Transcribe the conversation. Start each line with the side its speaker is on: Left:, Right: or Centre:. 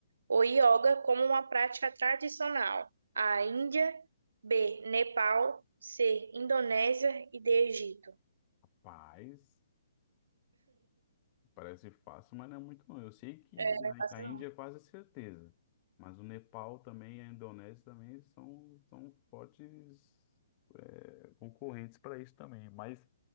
Right: o yoga como uma prática tradicional? A Índia, B, Nepal, C, Indonésia e D, Egito.
Left: paz, parece fácil, mas não é muito não. Eu sei que
Right: É, não é fácil
Left: a a Índia
Right: não.
Left: é quase certeza, mas o Nepal também, a Indonésia também são, são fortes é, concorrentes para isso também. Mas